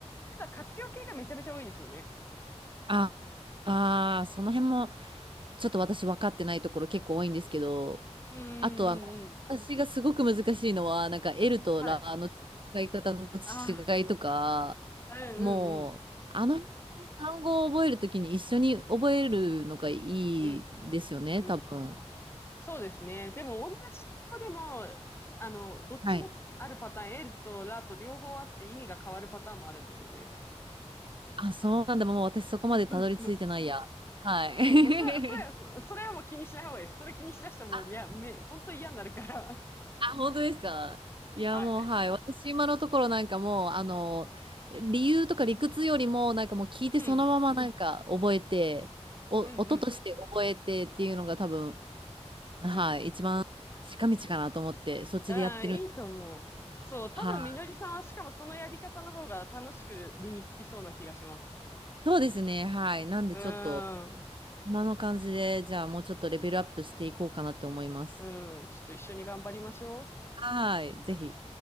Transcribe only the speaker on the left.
ただ活用系がめちゃめちゃ多いですよね。
うんうんうんうん。
はい。あ
あ、うんうん
うん。うん、
うん。そうですね。でも、同じ子でも、あの、どっちもつあるパターン、
L とラと両方あって意味が変わるパターンもあるんですよね。
そうそう。
そう、もうそれは、それは、そそれはもう気にしない方がいいです。
それ気にしだしたらもう、
いや、め、本当に嫌になるから。<laughs>
はい。
うん。
うんうん。
うん。
ああ、いいと思う。そう、多分みのりさんはしかもそのやり方の方が楽しく身につきそうな気がします。
うーん、
うん、ちょっと一緒に頑張りましょう。